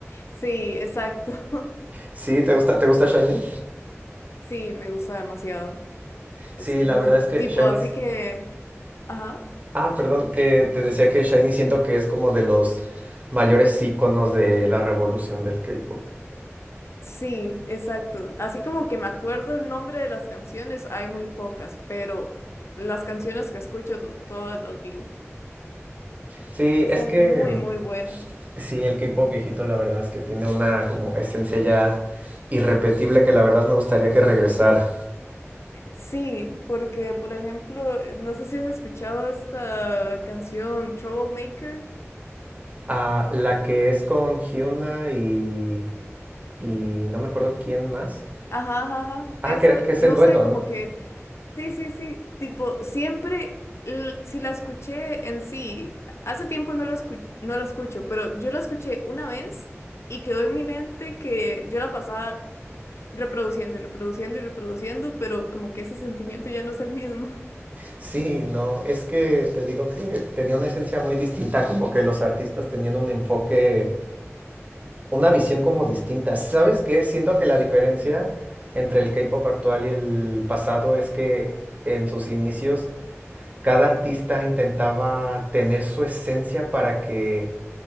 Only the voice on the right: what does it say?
Sí, ¿te gusta, te gusta Shiny?
Sí,
la verdad
es que
Shiny...
es-
Ah, perdón, que te decía que Shiny siento que es como de los mayores íconos de la revolución del K-pop.
Sí,
es que
sí, el K-pop viejito la verdad es que tiene una como esencia ya irrepetible que la verdad me gustaría que regresara.
Ah, la que es con Hyuna y, y no me acuerdo quién más.
Ah,
que, que es
en dueto,
¿no?
Sí, no, es que te digo que tenía una esencia muy distinta, como que los artistas tenían un enfoque, una visión como distinta. ¿Sabes qué? Siento que la diferencia entre el K-pop actual y el pasado es que en sus inicios cada artista intentaba tener su esencia para que